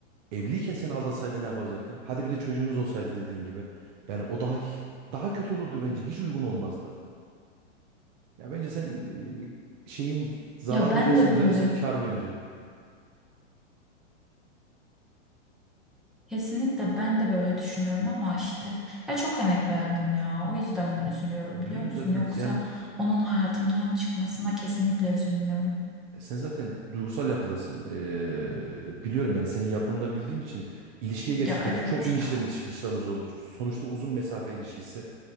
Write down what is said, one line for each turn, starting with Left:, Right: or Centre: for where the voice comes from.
Right: evliyken seni aldatsaydı ne yapacaktın? Hadi bir de çocuğunuz olsaydı dediğin gibi. Yani o daha daha kötü olurdu bence. Hiç uygun olmazdı. Ya bence sen e, şeyin zarar
Centre: Ya ben
Right: neresine
Centre: de böyle
Right: dönesen kar bence.
Centre: kesinlikle ben de böyle düşünüyorum ama işte ya çok emek verdim ya o yüzden üzülüyorum
Right: Ya
Centre: biliyor
Right: bilmiyorum
Centre: musun?
Right: zaten
Centre: Yoksa
Right: yani
Centre: onun hayatımdan çıkmasına kesinlikle üzülmüyorum.
Right: Sen zaten duygusal yapıdasın. Ee, biliyorum yani senin yapını da bildiğim için ilişkiye gerçekten
Centre: Ya evet
Right: çok inişleriniz
Centre: ya.
Right: çıkışlarınız oldu. Sonuçta uzun mesafe ilişkisi.